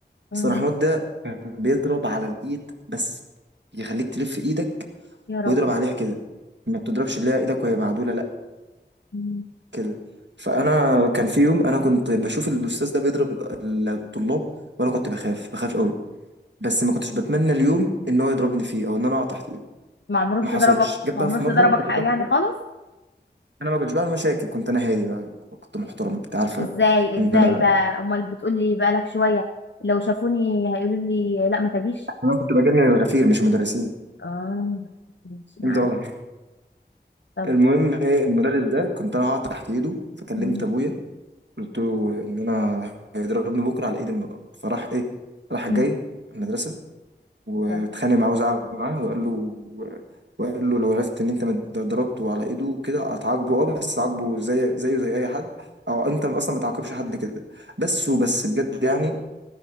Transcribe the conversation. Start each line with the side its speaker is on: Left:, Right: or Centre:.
Left: مم.
Right: مستر محمود ده كان بيضرب على الايد بس يخليك تلف ايدك
Left: يا ربي
Right: ويضرب عليها كده ما بتضربش اللي هي ايدك وهي معدولة لا
Left: مم.
Right: كده فانا كان في يوم انا كنت بشوف الاستاذ ده بيضرب ال- الطلاب وانا كنت بخاف بخاف قوي بس ما كنتش بتمنى اليوم ان هو يضربني فيه او ان انا اقع تحت ايده
Left: ما عمروش
Right: ما حصلتش
Left: ضربك
Right: جت بقى
Left: ما عمروش
Right: في مره
Left: ضربك
Right: كانت
Left: حق
Right: هتحصل
Left: يعني خالص
Right: انا ما كنتش بعمل مشاكل كنت انا هادي بقى كنت محترم انت عارفه
Left: ازاي
Right: ان
Left: ازاي
Right: انا
Left: بقى امال بتقولي بقالك شوية لو شافوني هيقولوا لي لا ما تجيش
Right: انا كنت بجنن الغفير مش المدرسين
Left: اه ماشي نعم
Right: انت غلط
Left: طب
Right: المهم ايه المدرس ده كنت انا هقع تحت ايده فكلمت
Left: مم.
Right: ابويا قلت له ان انا هيضربني بكره على ايدي من- فراح ايه راح
Left: مم.
Right: جاي المدرسه واتخانق
Left: تمام.
Right: معاه وزعل معاه وقال له وقال له لو عرفت ان انت مت- ضربته على ايده كده هتعاقبه اه بس عاقبه زي زيه زي اي حد او انت اصلا ما تعاقبش حد كده بس وبس بجد يعني